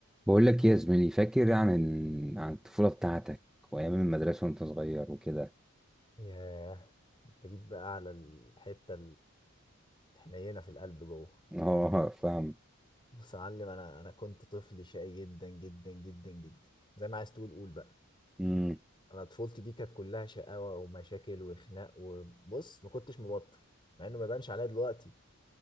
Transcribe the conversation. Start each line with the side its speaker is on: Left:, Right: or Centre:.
Centre: بقول لك إيه يا زميلي فاكر عن عن الطفولة بتاعتك وأيام المدرسة وأنت صغير وكده
Left: ياه انت جيت بقى على الحتة الحنينة في القلب جوه
Centre: <laughs> اه فاهم
Left: بص يا معلم انا انا كنت طفل شقي جدا جدا جدا جدا زي ما عايز تقول قول بقى
Centre: امم
Left: انا طفولتي دي كانت كلها شقاوة ومشاكل وخناق وبص ما كنتش مبطل مع انه ما يبانش عليا دلوقتي